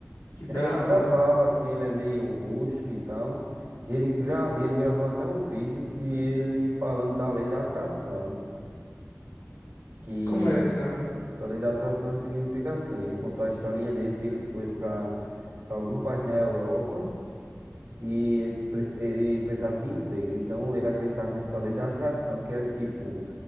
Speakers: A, on the left (about 75°); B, on the right (about 50°).
A: Que da
B: E aí ele gravava
A: hora.
B: assim, ele é meio rústico e tal. E ele, gra, ele gravou até um vídeo que ele falando da lei da atração. Que
A: Começa.
B: a lei da atração significa assim, ele contou a historinha dele que ele foi pra para algum país na Europa e ele pre- ele precisava de emprego. Então ele acreditava nessa lei da atração, que é tipo